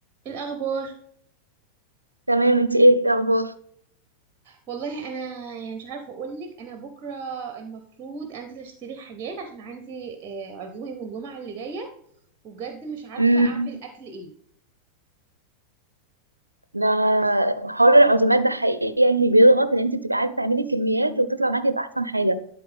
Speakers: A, on the right; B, on the right.
A: إيه الاخبار
B: تمام انت ايه الاخبار
A: والله انا يعني مش عارفه اقول لك انا بكره المفروض انزل اشتري حاجات عشان عندي آه، عزومه يوم الجمعه اللي جايه وبجد مش عارفه
B: امم
A: اعمل اكل ايه
B: ده حوار العزومات ده حقيقي يعني بيضغط ان انت بتبقى عايزه تعملي كميات وتطلع معاكي باحسن حاجه